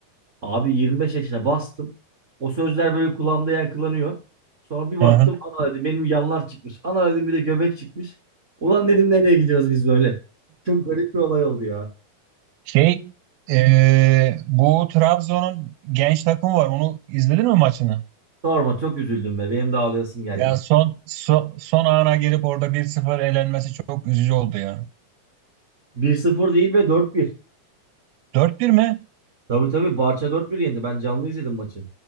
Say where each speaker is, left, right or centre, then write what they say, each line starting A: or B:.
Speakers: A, on the right (about 40°); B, on the right (about 80°).
A: Abi 25 yaşına bastım. O sözler böyle kulağımda yankılanıyor. Sonra bir baktım
B: <laughs>
A: ana dedim benim yanlar çıkmış. Ana dedim bir de göbek çıkmış. Ulan dedim nereye gidiyoruz biz böyle? Çok garip bir olay oldu ya.
B: Şey e, bu Trabzon'un genç takımı var. Onu izledin mi maçını?
A: Sorma çok üzüldüm be. Benim de ağlayasım geldi.
B: Ya son so- son ana gelip orada bir sıfır elenmesi çok üzücü oldu ya.
A: Bir sıfır değil ve dört bir.
B: Dört bir mi?
A: Tabii tabii Barça dört 1 yendi. Ben canlı izledim maçı.